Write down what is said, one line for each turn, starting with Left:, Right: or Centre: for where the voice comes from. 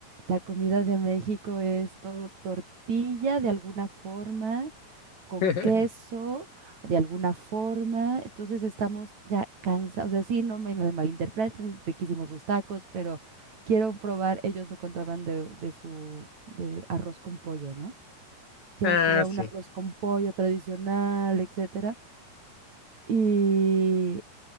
Right: la comida de México es todo tortilla de alguna forma, con
Left: <laughs>
Right: queso de alguna forma, entonces estamos ya cansados, o sea, sí, no me me malinterpreten, riquísimos sus tacos, pero quiero probar, ellos me contaban de, de su de arroz con pollo, ¿no? quiero
Left: Ah,
Right: probar un
Left: sí,
Right: arroz con pollo tradicional, etcétera. Y,